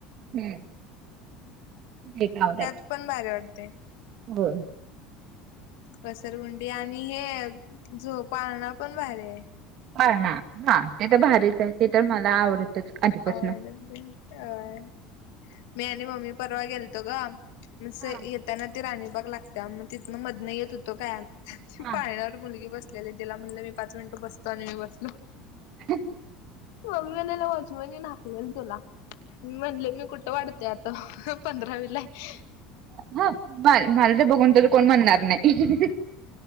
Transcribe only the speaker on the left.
त्यात पण भारी वाटते.
घसरगुंडी आणि हे झो पाळणा पण भारी आहे.
आवडतय काय मी आणि मम्मी परवा गेलतो ग सहित.
त्यांना ते राणीबाग लागत्या मग तिन मधन येत होतो काय
पाळण्यावर मुलगी बस सले त्याने तिला म्हणल मी पाच मिनट बसतो आणि मी बसलो.
मम्मी ने वाचवेन हाकलेल तुला मी म्हणले मी कुठ वाटत ते आता हम्म पंधरावीला हाय.